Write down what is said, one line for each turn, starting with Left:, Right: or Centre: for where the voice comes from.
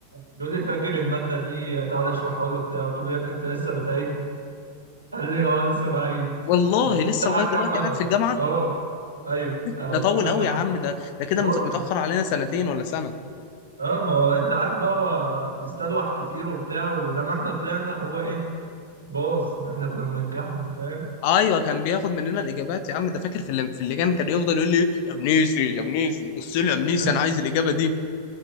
Right: بيقول لي فاكر الماده دي تعالى اشرحها لي وبتاع قلت له يا ابني انت لسه بتعيد قال لي اه لسه بعيد
Left: والله
Right: فقلت
Left: لسه
Right: له انت
Left: لغايه
Right: معاك
Left: دلوقتي
Right: كام ماده
Left: قاعد في الجامعه
Right: اه ايوه قلت
Left: ده طول
Right: له
Left: قوي
Right: انت معاك
Left: يا عم ده ده كده
Right: موت
Left: مت- متاخر
Right: يا عم
Left: علينا سنتين ولا سنه
Right: اه ما هو انت عارف بقى هو بيستلوح كتير وبتاع ولما احنا طلعنا هو ايه باظ احنا كنا بننجحه انت فاهم
Left: ايوه كان بياخد مننا الاجابات يا عم ده فاكر في اللي- في اللجان كان يفضل يقول لي يا منيسي يا منيسي بص لي يا منيسي
Right: <laughs>
Left: انا عايز الاجابه دي